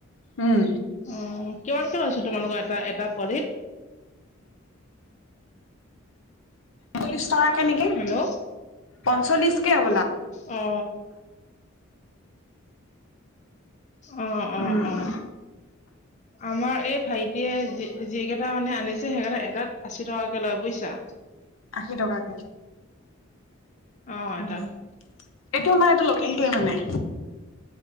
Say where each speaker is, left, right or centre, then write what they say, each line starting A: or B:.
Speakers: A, on the left; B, on the left.
A: উম
B: উম কিমানকৈ লৈছোঁ তোমালোকৰ এটা এটা পোৱালিত।
A: ত্ৰিশ টকাকে নেকি?
B: হেল্ল'
A: পঞ্চল্লিশ হবলা।
B: অ। অ অ
A: উম
B: অ আমাৰ এই ভাইটিয়ে যি যি কেইটা মানে আনিছে, সেইকেইটা এটাত আশী টকাকে লয় বুজিছা।
A: আশী টকাকে
B: অ
A: উম।
B: এটাত
A: এইটো আমাৰ এইটো লোকেলটোৱে মানে।